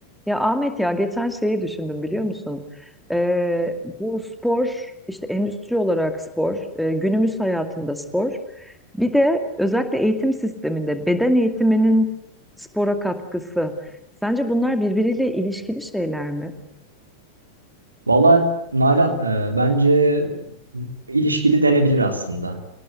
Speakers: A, in the centre; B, on the right.
A: Ya Ahmet ya geçen şeyi düşündüm biliyor musun? Ee, bu spor işte endüstri olarak spor, e, günümüz hayatında spor. Bir de özellikle eğitim sisteminde beden eğitiminin spora katkısı. Sence bunlar birbiriyle ilişkili şeyler mi?
B: Valla Nalan e, bence ilişkili denebilir aslında.